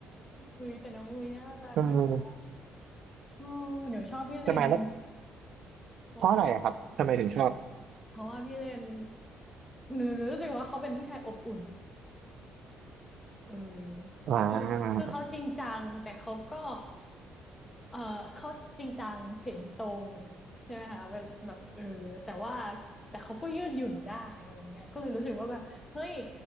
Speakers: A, on the left (about 15°); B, on the right (about 55°).
A: คือแต่น้องมุยน่ารักนะคะ
B: อืม
A: โอ้หนูชอบพี่เลน
B: ทำไหมแล้ว
A: เพราะว่า
B: เพราะอะไรอะครับทำไมถึงชอบ
A: เพราะว่าพี่เลนหนูรู้สึกว่าเขาเป็นผู้ชายอบอุ่น เออ
B: อ่า
A: คือคือเขาจริงจัง แต่เขาก็เออเขาจริงจังเถนตรงใช่ไหมคะเวลแบบเออแต่ว่า แต่เขาก็ยืดหยุ่นได้อะไรเงี้ยก็เลยรู้สึกว่าแบบ เฮ้ย